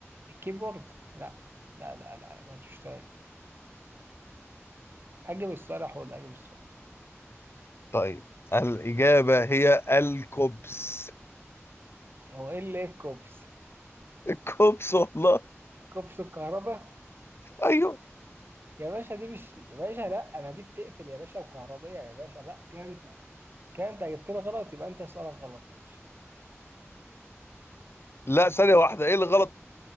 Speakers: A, on the right (about 50°); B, on the left (about 55°).
A: الكيبورد لا لا لا لا ما تشتغل أجب السؤال يا حوض أجب السؤال
B: طيب الإجابة هي الكوبس
A: هو إيه اللي إيه الكوبس؟
B: <laughs> الكوبس والله
A: كوبس الكهرباء
B: ايوه
A: يا باشا دي مش يا باشا لا ما دي بتقفل يا باشا وكهربية يا باشا لا كده انت كده انت جبتنا غلط يبقى انت سؤالك غلط يا باشا
B: لا ثانية واحدة ايه اللي غلط